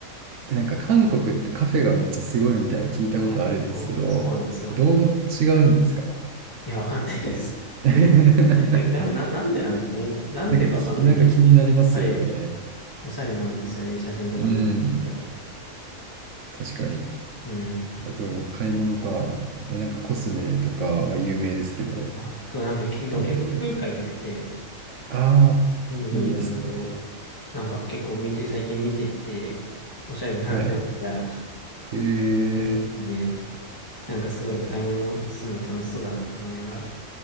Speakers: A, on the right; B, on the left.
A: え、なんか韓国ってカフェがめっちゃすごいみたいな聞いたことあるんですけど、
B: いや、そう、そうなんですよ。
A: どう違うんですか
B: いや、わかんないです。<laughs>
A: <laughs>
B: え、な、な、なんでなんですかね。なんでかわかんないけど、
A: なんかき、なんか気になりますよね。
B: おしゃれ、おしゃれなんですよね。写真とか見ると。
A: うん、
B: やっぱり。
A: 確かに。
B: うん。
A: あと、買い物か。えなんかコスメとかは有名ですけど、
B: あと、なんか、けでも結構服買いたくて、
A: 韓国。ああ、
B: 韓国のブランド、
A: いいですね。
B: なんか結構見て、最近見てて、おしゃれだなって思ったら、
A: はい。え
B: 見て
A: え、
B: てなんかすごい買い物するの楽しそうだなと思いながら、